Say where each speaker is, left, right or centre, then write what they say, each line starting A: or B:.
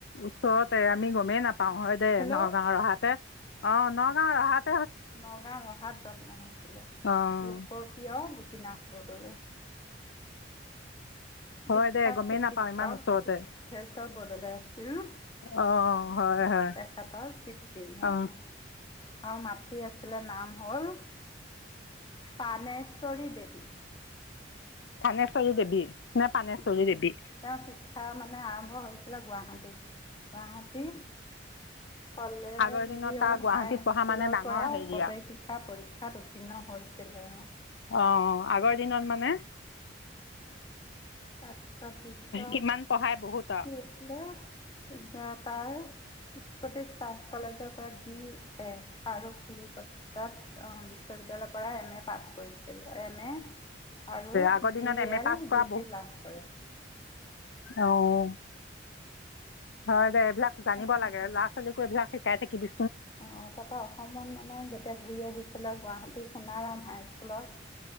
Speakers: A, on the left (about 70°); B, on the left (about 25°).
A: ওচৰতে আমি গমেই নাপাওঁ, হয় দে
B: হেল্ল'
A: নগাঁও ৰহাতে। অঁ, নগাঁও ৰহাত।
B: নগাঁও ৰহাত জন্ম হৈছিলে।
A: অঁ
B: লোকপ্ৰিয় গোপীনাথ বৰদলৈ।
A: হয়
B: বিখ্যাত
A: দে গমেই
B: চিকিৎসক
A: নাপাওঁ ইমান ওচৰতে
B: বুদ্ধেশ্বৰ বৰদলৈ আছিল
A: অঁ হয় হয়
B: তেখেতৰ পিতৃ,
A: অ
B: অঁ। আৰু মাতৃৰ আছিলে নাম- হ'ল পাণেশ্বৰী দেৱী।
A: থানেশ্বৰি দেৱী- নে পানেশ্বৰী
B: উম,
A: দেৱী
B: তেওঁ শিক্ষা মানে- মানে, আৰম্ভ হৈছিলে গুৱাহাটীত। গুৱাহাটী কলেজৰ
A: আগৰ দিনত তাৰ গুৱাহাটীত
B: হাইস্কুলৰ
A: পঢ়া মানে ডাঙৰ
B: পৰা,
A: হেৰিয়া
B: প্ৰৱেশ শিক্ষা পৰীক্ষাত উত্তীৰ্ণ হৈছিলে। অঁ
A: অ আগৰ দিনত মানে
B: তাৰপিছত বিশ্ব,
A: কিমান পঢ়াই বহুত
B: কি' আছিলে- তাৰ স্কুল, কলেজৰ পৰা ডি, এ আৰু কলিকতা'ত অঁহ বিশ্ববিদ্যয়ালয়ৰ পৰা এম, এ পাছ কৰিছিল। এম, এ- আৰু
A: আগৰ দিনত
B: বি,
A: এম
B: এ,
A: পাছ কৰা
B: ডিগ্ৰী। লাভ কৰে।
A: অঁহ হয় দে। এইবিলাক জানিব
B: উম।
A: লাগে, ল'ৰা-ছোৱালীকো এইবিলাক- সিকাই থাকিবি।
B: অঁ, তাৰ পৰা অসমত মানে, যেতিয়া ঘূৰি আহিছো- গুৱাহাটী সোণাৰাম হাই স্কুলত-